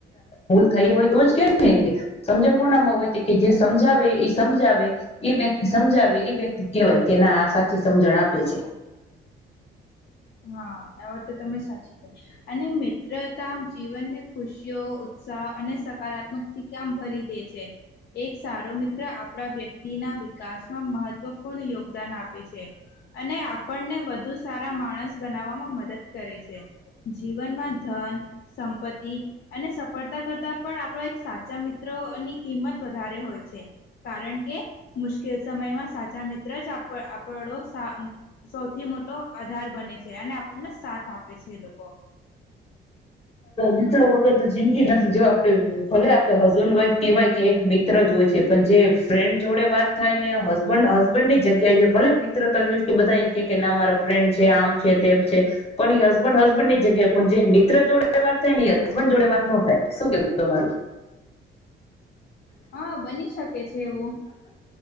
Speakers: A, on the left; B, on the left.
A: ભૂલ થઈ હોય તો જ કે ને, એમ સમજણ કોનામાં હોય કે જે સમજાવે એ સમજાવે એ વ્યક્તિ સમજાવે એ વ્યક્તિ કહેવાય કે ના આ સાચી સમજણ આપે છે.
B: હા, આ વાત તો તમે સાચી કઈ અને મિત્રતા જીવનને ખુશીઓ ઉદ સાહ અને સકારાત્મક થી કામ ભરી દે છે. એક સારો મિત્ર આપણા વ્યક્તિના વિકાસમાં મહત્વપૂર્ણ યોગદાન આપે છે અને આપણને વધુ સારા માણસ બનાવવામાં મદદ કરે છે. જીવનમાં ધન, સંપત્તિ અને સફળતા કરતાં પણ આપણો એક સાચા મિત્રની અ કિંમત વધારે હોય છે કારણ કે મુશ્કેલ સમયમાં સાચા મિત્ર જ આપડ આપડો સૌથી મોટો આધાર બને. ત્યાંને આપણને સાથ આપે છે એ લોકો
A: મિત્રો વગર તો જિંદગી નથી. જો આપડ ભલે આપડે હસબન્ડ, વાઈફ કેવાય કે, એક મિત્ર જ હોય છે પણ જે ફ્રેન્ડ જોડે વાત થાય ને, હસબન્ડ હસબન્ડ ની જગ્યાએ ભલે મિત્ર તો એ બધા એમ કે કે ના મારો ફ્રેન્ડ છે, આમ છે, તેમ છે પણ એ હસબન્ડ હસબન્ડ ની જગ્યા પણ જે મિત્ર જોડે વાત થાય ને, ઈ હસબન્ડ જોડે વાત ન થાય. શું કેવું તમારું?
B: હા, બની શકે છે એવું.